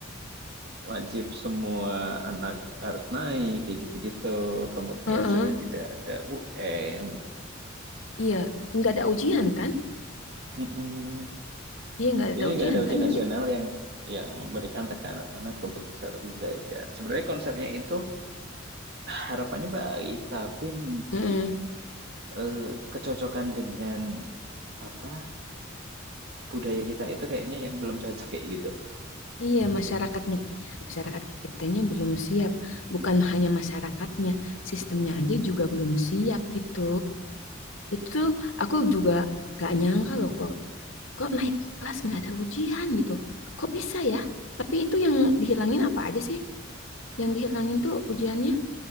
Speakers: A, on the right (about 55°); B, on the left (about 75°).
A: wajib semua anak harus naik kayak gitu-gitu. Kemudian
B: Heeh,
A: sudah tidak ada UN.
B: iya, nggak ada ujian kan?
A: Mm-mm.
B: Iya, nggak ada
A: Jadi
B: ujian
A: nggak ada ujian
B: kan?
A: nasional
B: Iya,
A: yang yang memberikan tekanan anak untuk bisa lebih belajar. Sebenarnya konsepnya itu harapannya baik, tapi mungkin
B: mm
A: eh, kecocokan dengan apa budaya kita itu kayaknya yang belum cocok kayak gitu.
B: Iya, masyarakatnya masyarakat kitanya belum siap. Bukan hanya masyarakatnya, sistemnya aja juga belum siap gitu. Itu tuh aku juga gak nyangka loh kok kok naik kelas nggak ada ujian gitu kok bisa ya tapi itu yang dihilangin apa aja sih yang dihilangin tuh ujiannya